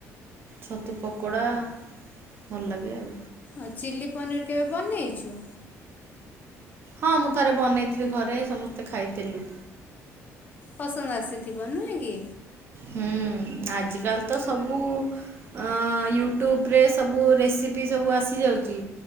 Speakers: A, on the right (about 40°); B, on the left (about 30°).
A: ଛତୁ ପକୋଡା ଭଲ ଲାଗେ ଆଉ।
B: ଆଉ ଚିଲି ପନିର କେବେ ବନେଇଛୁ?
A: ହଁ ମୁଁ ଥରେ ବନେଇଥିଲି ଘରେ ସମସ୍ତେ ଖାଇଥିଲୁ।
B: ପସନ୍ଦ ଆସିଥିବ ନୁହେଁ କି?
A: ହୁଁ ଆଜିକାଲି ତ ସବୁ ୟୁଟ୍ୟୁବ ରେ ସବୁ ରେସିପି ସବୁ ଆସିଯାଉଛି